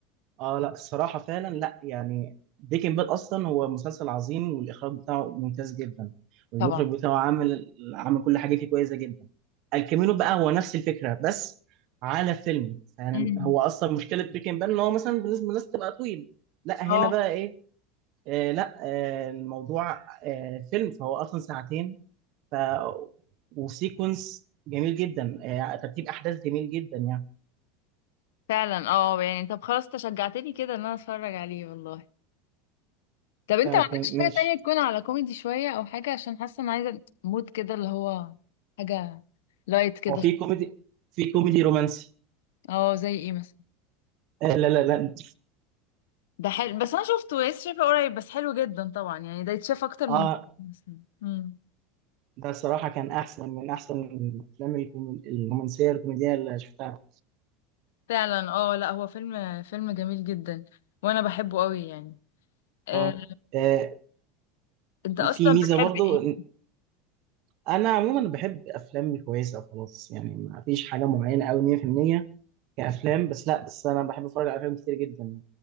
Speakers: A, on the right (about 50°); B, on the left (about 80°).
A: اه لا الصراحة فعلا لا يعني بريكنج باد اصلا هو مسلسل عظيم والاخراج بتاعه ممتاز جدا والمخرج
B: طبعا
A: بتاعه عامل عامل كل حاجة فيه كويسة جدا الكامينو بقى هو نفس الفكرة بس على فيلم يعني
B: امم
A: هو اصلا مشكلة بريكنج باد ان هو مثلا بالنسبة للناس تبقى طويل لا هنا
B: اه
A: بقى ايه آه لا آه الموضوع آه فيلم فهو اصلا ساعتين ف وسيكونس جميل جدا آه ترتيب احداث جميل جدا يعني
B: فعلا اه يعني طب خلاص انت شجعتني كده ان انا اتفرج عليه والله طب انت
A: فماشي
B: ما عندكش حاجة تانية تكون على كوميدي شوية او حاجة عشان حاسة ان عايزة مود كده اللي هو حاجة لايت كده
A: هو في كوميدي في كوميدي رومانسي
B: اه زي ايه مثلا
A: آه لا لا لا
B: ده حلو بس انا شفته لسه شايفه قريب بس حلو جدا طبعا يعني ده يتشاف اكتر من
A: اه
B: امم
A: ده صراحة كان أحسن من أحسن الأفلام الكوم- الرومانسية الكوميدية اللي شفتها
B: فعلا اه لا هو فيلم فيلم جميل جدا وانا بحبه قوي يعني آه،
A: اه آه،
B: انت اصلا
A: في ميزة
B: بتحب
A: برضو
B: ايه
A: إن أنا عموما بحب أفلام كويسة وخلاص يعني ما فيش حاجة معينة أوي 100% كأفلام بس لا بس أنا بحب أتفرج على أفلام كتير جدا